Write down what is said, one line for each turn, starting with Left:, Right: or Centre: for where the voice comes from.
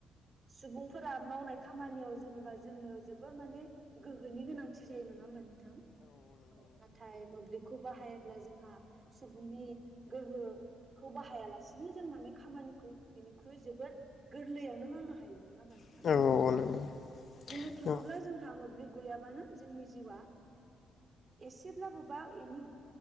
Right: सुबुंफोरा मावनाय खामानियाव जेनेबा जोंनो जोबोर माने गोहोनि गोनांथि जायो नङा होमबा नोंथां औ नाथाय मोब्लिबखौ बाहायोब्ला जोंहा सुबुंनि गोहो खौ बाहाया लासिनो जों माने खामानिखौ बेनिख्रुइ जोबोर गोरलैयावनो मावनो हायो नङा होमबा नोंथां?
Left: औ औ नंगौ
Right: बुंनो थाङोब्ला
Left: औ
Right: जोंहा मोब्लिब गैयाबानो जोंनि जिउआ एसेब्लाबो बा एनि